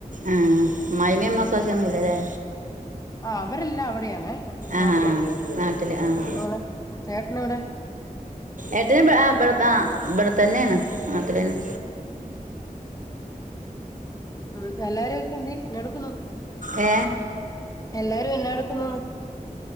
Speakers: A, on the right; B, on the left.
A: ആ മായ്മിം അമ്മോസാക്ക്യൊന്നുല്ലേ
B: ആ അവരെല്ലാം അവിടെയാണ് നാട്ടിലാ
A: ആഹ് നാട്ടില് ആഹ്
B: ഞങ്ങള് ചേട്ടനിവ്ടെ
A: ഏട്ടന് ബാ ബർത്ത ബർത്തെന്നാണ് നാട്ട്ലെന്നെ
B: ഉം എല്ലാരും ഒക്കീണ്ണ് എന്നാ എടുക്കുന്നു
A: ഏ
B: എല്ലാരും എന്നാട്ക്കുന്നു